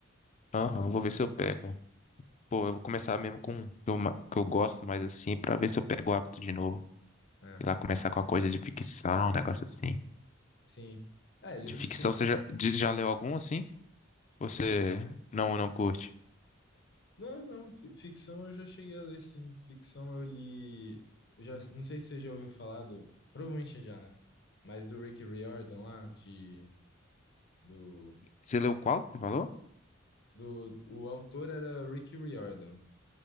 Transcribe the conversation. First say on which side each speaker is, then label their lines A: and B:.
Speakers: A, on the left; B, on the left.
A: aham, eu vou ver se eu pego. Pô, eu vou começar mesmo com o que eu, ma- que eu gosto mais assim, pra ver se eu pego o hábito de novo.
B: é,
A: e lá, começar com uma coisa de ficção, um negócio assim.
B: sim. É, livro
A: De ficção,
B: de ficção.
A: você já, de- já leu algum assim? Você não, não curte?
B: Não, não, fi- ficção eu já cheguei a ler, sim. Ficção eu li. Já, não sei se você já ouviu falar do. Provavelmente já, né? Mas do Rick Riordan lá, de. Do,
A: Você leu qual que você falou?
B: do, o autor era Rick Riordan,